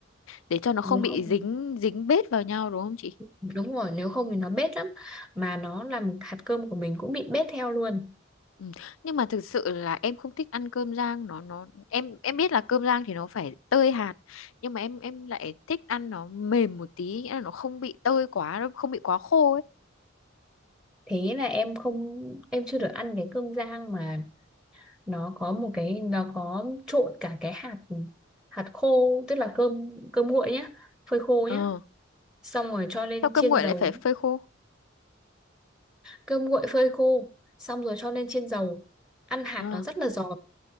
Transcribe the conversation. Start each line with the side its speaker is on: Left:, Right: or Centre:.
Left: để cho nó không
Centre: nếu
Left: bị
Centre: không
Left: dính dính bết vào nhau đúng không chị
Centre: đúng rồi nếu không thì nó bết lắm mà nó làm hạt cơm của mình cũng bị bết theo luôn
Left: Ừ. Nhưng mà thực sự là em không thích ăn cơm rang nó nó em em biết là cơm rang thì nó phải tơi hạt nhưng mà em em lại thích ăn nó mềm một tí nghĩa là nó không bị tơi quá nó không bị quá khô ấy
Centre: thế là em không em chưa được ăn cái cơm rang mà nó có một cái nó có trộn cả cái hạt hạt khô tức là cơm cơm nguội nhá phơi khô
Left: ờ
Centre: nhá xong rồi cho lên
Left: sao cơm
Centre: chiên
Left: nguội
Centre: dầu
Left: lại phải phơi khô
Centre: cơm nguội phơi khô xong rồi cho lên chiên dầu ăn hạt
Left: ờ
Centre: nó rất là giòn